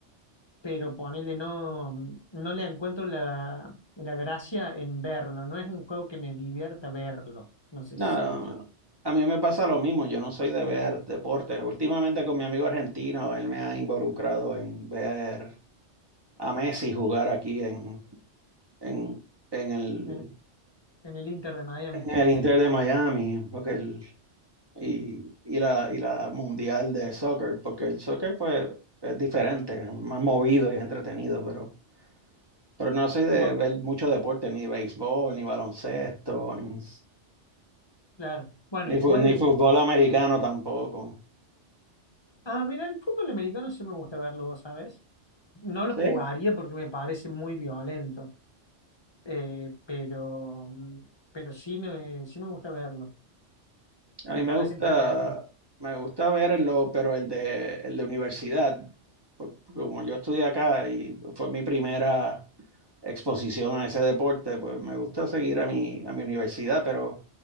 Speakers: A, on the left (about 30°); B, on the right (about 25°).
A: pero ponele no, no le encuentro la, la gracia en verlo. No es un juego que me divierta verlo. No sé
B: No,
A: si se entiende.
B: a mí me pasa lo mismo, yo no soy de ver deportes. Últimamente con mi amigo argentino, él me ha involucrado en ver. a Messi jugar aquí en, en, en el,
A: Eh, En el Inter de Miami.
B: en el Inter de Miami, porque el, y, y la, y la Mundial de Soccer, porque el soccer pues es diferente, es más movido y es entretenido, pero, pero no soy de
A: Bueno,
B: ver mucho deporte, ni béisbol, ni baloncesto, ni,
A: claro. Bueno,
B: ni,
A: igual.
B: fu- ni fútbol americano tampoco.
A: Ah, mira, el fútbol americano sí me gusta verlo, vos sabés. No lo
B: Sí,
A: jugaría porque me parece muy violento, eh, pero, mm, pero sí me, sí me gusta verlo.
B: a
A: Me
B: mí me
A: parece
B: gusta,
A: entretenido
B: me gusta verlo, pero el de, el de universidad, por- porque como yo estudié acá y fue mi primera exposición a ese deporte, pues me gusta seguir a mi, a mi universidad, pero